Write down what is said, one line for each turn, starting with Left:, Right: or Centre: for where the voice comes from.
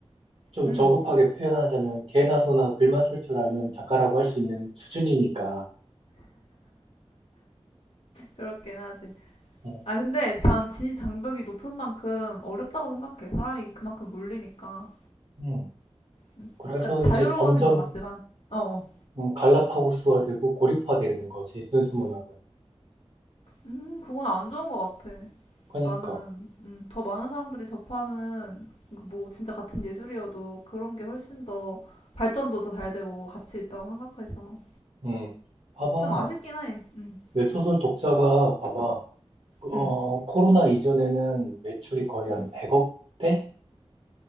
Right: 좀
Left: 음,
Right: 저급하게 표현하자면 개나 소나 글만 쓸 줄 알면 작가라고 할 수 있는 수준이니까.
Left: 그렇긴 하지.
Right: 어,
Left: 아, 근데 단 진입 장벽이 높은 만큼 어렵다고 생각해. 사람이 그만큼 몰리니까.
Right: 음.
Left: 음.
Right: 그래서
Left: 그러니까 자유로워진
Right: 이제 점점
Left: 건 맞지만, 어, 어.
Right: 음, 갈라파고스화 되고 고립화되는 거지, 순수 문학은.
Left: 음, 그건 안 좋은 것 같아.
Right: 그러니까,
Left: 나는, 음, 더 많은 사람들이 접하는, 뭐, 진짜 같은 예술이어도 그런 게 훨씬 더 발전도 더 잘 되고 가치 있다고 생각해서.
Right: 음, 봐봐.
Left: 좀 아쉽긴 해. 음,
Right: 웹소설 독자가, 봐봐. 그, 어,
Left: 음,
Right: 코로나 이전에는 매출이 거의
Left: 음.
Right: 한 100억대였거든?